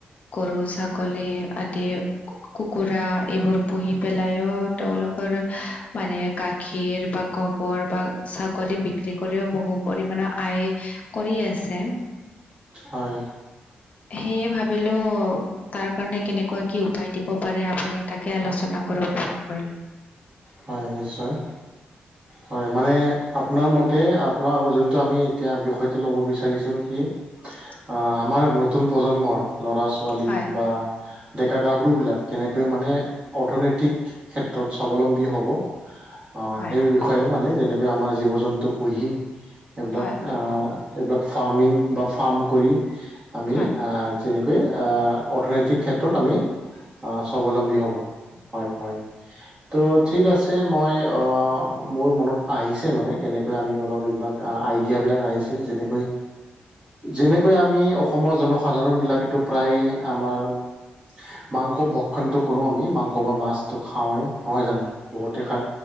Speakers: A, on the left; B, on the right.
A: গৰু, ছাগলী আদি কু কুকুৰা এইবোৰ পুহি পেলাইও তেওঁলোকৰ মানে গাখীৰ বা গ বৰ বা ছাগলী বিক ক্ৰী কৰিও বহু পৰিমানৰ আয় কৰি আছে।
B: হয়।
A: সেয়ে ভাবিলো তাৰ কাৰণে কেনেকুৱা কি উপায় দিব পাৰে আপুনি তাকে আলোচনা কৰোঁ বুলি এইখন কৰিলো।
B: হয় নিশ্চয়।
A: <inaudible>
B: হয় মানে আপোনাৰ মতে আপোনাৰ যোনটো আমি এতিয়া বিষয়টো ল'ব বিচাৰিছোঁ কি
A: <inaudible>
B: আহ আমাৰ নতুন প্ৰজন্মৰ ল'ৰা - ছোৱালী
A: হয়
B: বা ডেকা - গাভৰুবিলাক কেনেকৈ মানে অৰ্থনৈতিক ক্ষে ক্ষেত্ৰত স্বাৱলম্বী হ'ব। অ
A: হয়
B: সেই বিষয়েও মানে যেনেকৈ আমাৰ জীৱ - জন্তু পুহি সেইবিলাক
A: হয়
B: আ সেইবিলাক ফাৰ্মিং বা ফাৰ্ম কৰি আমি
A: হয়
B: আ যেনেকৈ আ অৰ্থনৈতিক ক্ষেত্ৰত আমি অ স্বাৱলম্বী হ'ব, হয় হয়। ত' ঠিক আছে, মই অ মোৰ মনত আহিছে মানে কেনেকৈ আমি অলপবিলাক কা আইডিয়াবিলাক আহিছে যেনেকৈ যেনেকৈ আমি অসমৰ জনসাধাৰণ বিলাকেটো প্ৰায় আমাৰ- মাংস ভক্ষণটো কৰো আমি, মাংস বা মাছটো খাওঁৱে নহয় জানো। বহুতে খায়